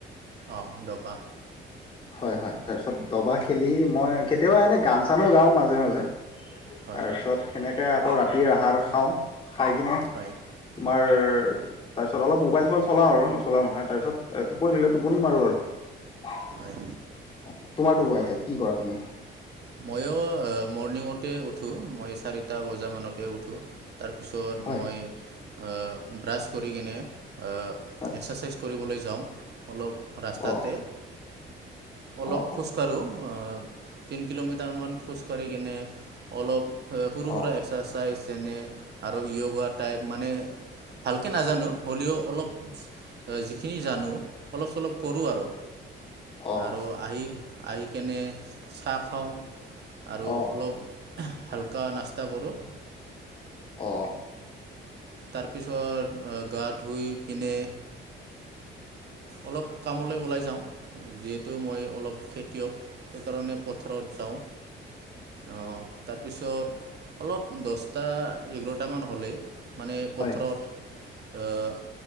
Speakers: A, on the right; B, on the left.
A: অঁ দবা
B: হয় হয় তাৰ পিছত দবা খেলিম মই কেতিয়াবা এনেই গান চানো গাও মাজে মাজে
A: হয়
B: তাৰপিছত সেনেক কে আকৌ ৰাতিৰ আহাৰ খাওঁ খাই কিনে
A: হয়
B: তোমাৰ তাৰ পিছত অলপ মোবাইল চোবাইল চলা আৰু নচলা নহয় তাৰ পিছত টোপনি ধৰিলে টোপনি মাৰো আৰু। অ
A: হয়
B: তোমাৰতো কোৱা
A: অঁ
B: এতিয়া কি কৰা তুমি?
A: ময়ো মৰ্ণিঙতে উঠো মই চাৰিটা বজা মানতে উঠো তাৰপিছত
B: হয়
A: মই আহ ব্ৰাছ কৰি কিনে অ
B: হয়
A: এক্সাৰচাইজ কৰিবলৈ যাওঁ অলপ ৰাস্তাতে
B: অ
A: অলপ
B: অ
A: খোজকাঢ়ো তিনি কিলোমিট টাৰ মান খোজ কাঢ়ি কিনে অলপ সৰু
B: অ অ
A: সুৰা
B: অ
A: এক্সাৰচাইজ যেনে আৰু য়োগা টাইপ মানে ভালকে নাজানো হ'লেও অলপ যিখিনি জানো অলপ- চলপ কৰোঁ আৰু
B: অ
A: আৰু আহি আহি কিনে চাহ খাওঁ আৰু
B: অ
A: অলপ হালকা নাস্তা কৰোঁ।
B: অ'।
A: তাৰপিছত গা ধুই পিনে অলপ কামলৈ ওলাই যাওঁ, যিহেতু মই অলপ খেতিয়ক। সেইকাৰণে পথাৰত যাওঁ। অ', তাৰপিছত অলপ দশটা, এঘৰটামান হ'লে মানে পথাৰত
B: হয়
A: অ',